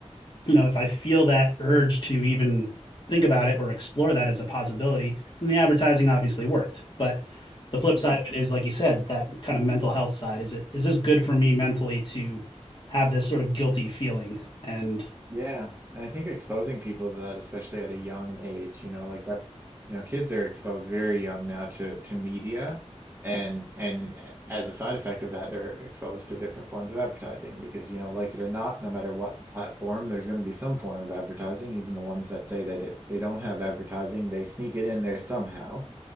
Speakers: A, on the left; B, on the right.
A: you know, if I feel that urge to even think about it or explore that as a possibility, then the advertising obviously worked. But the
B: mhm.
A: flip side of it is, like you said, that kind of mental health side. Is it is this good for me mentally to have this sort of guilty feeling? And
B: Yeah, and I think exposing people to that, especially at a young age, you know, like that, you know, kids are exposed very young now to to media, and and as a side effect of that, they're exposed to different forms of advertising because, you know, like it or not, no matter what the platform, there's going to be some form of advertising. Even the ones that say that it, they don't have advertising, they sneak it in there somehow.